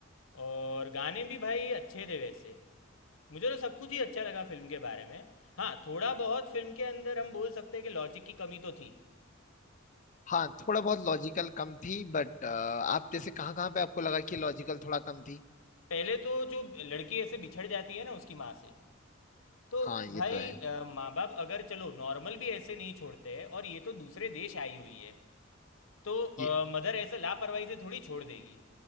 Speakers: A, on the left (about 85°); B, on the left (about 40°).
A: और गाने भी भाई अच्छे थे वैसे मुझे तो सब कुछ ही अच्छा लगा फिल्म के बारे में हाँ थोड़ा बहुत फिल्म के अंदर हम बोल सकते हैं कि लॉजिक की कमी तो थी
B: हाँ थोड़ा बहुत लॉजिकल कम थी बट आप जैसे कहाँ कहाँ पे आपको लगा कि लॉजिकल थोड़ा कम थी
A: पहले तो जो लड़की ऐसे बिछड़ जाती है ना उसकी माँ से तो
B: हाँ ये
A: भाई
B: तो है
A: अ, माँ बाप अगर चलो नॉर्मल भी ऐसे नहीं छोड़ते हैं और ये तो दूसरे देश आई हुई है तो
B: ये
A: मदर ऐसे लापरवाही से थोड़ी छोड़ देगी